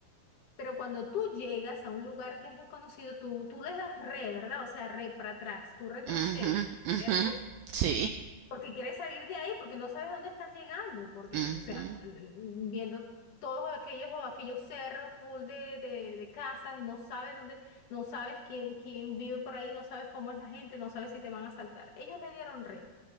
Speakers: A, on the left (about 60°); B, on the right (about 85°).
A: Pero cuando tú llegas a un lugar que es desconocido, tú, tú les das re, ¿verdad? O sea, re para atrás, tú retrocedes,
B: Ujú, ujú,
A: ¿cierto?
B: Sí.
A: porque quieres salir de ahí, porque no sabes dónde estás llegando, por Dios.
B: ujú,
A: O sea, mm, viendo todos aquellos aquellos cerros full de, de, de casas, no sabes dónde, no sabes quién, quién vive por ahí, no sabes cómo es la gente, no sabes si te van a asaltar. Ellos le dieron re,